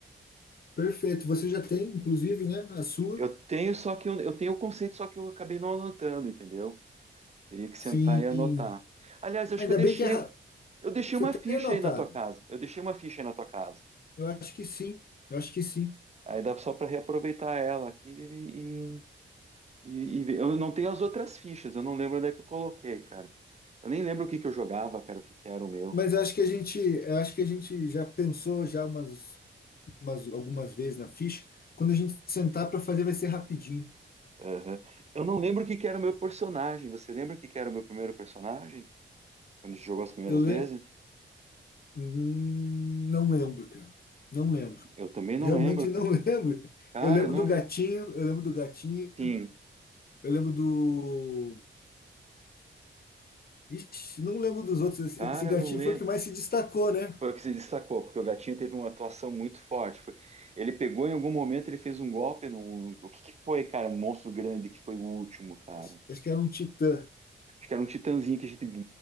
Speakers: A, on the left; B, on the right.
A: Perfeito. Você já tem, inclusive, né, a sua?
B: Eu tenho só que eu, eu tenho o conceito, só que eu acabei não anotando, entendeu? Teria que
A: Sim.
B: sentar e anotar. Aliás, eu acho
A: Ainda
B: que eu deixei,
A: bem que é ra-
B: eu deixei
A: você
B: uma
A: tem
B: ficha
A: anotado.
B: aí na tua casa. Eu deixei uma ficha aí na tua casa.
A: Eu acho que sim. Eu acho que sim.
B: Aí dá só para reaproveitar ela aqui e, e, e ver. Eu não tenho as outras fichas, eu não lembro onde é que eu coloquei, cara. Eu nem lembro o que que eu jogava, cara, o que que era o meu.
A: Mas eu acho que a gente, eu acho que a gente já pensou já umas, umas algumas vezes na ficha. Quando a gente sentar para fazer vai ser rapidinho.
B: Aham. Eu não lembro o que que era o meu personagem. Você lembra o que que era o meu primeiro personagem? Quando a gente jogou as primeiras
A: Eu
B: vezes?
A: le... Hum, não lembro, cara. Não lembro.
B: Eu também não
A: Realmente
B: lembro,
A: não
B: cara.
A: <laughs> lembro. cara.
B: Cara,
A: Eu lembro
B: eu não
A: do gatinho,
B: lembro.
A: eu lembro do gatinho,
B: Sim,
A: eu lembro do Ixi, não lembro dos outros.
B: cara,
A: Esse esse gatinho
B: eu não lembro.
A: foi o que mais se destacou, né?
B: Foi o que se destacou, porque o gatinho teve uma atuação muito forte. Foi- Ele pegou em algum momento, ele fez um golpe num. O que que foi, cara? Um monstro grande que foi o último, cara.
A: Acho, acho que era um titã.
B: Acho que era um titãzinho que a gente.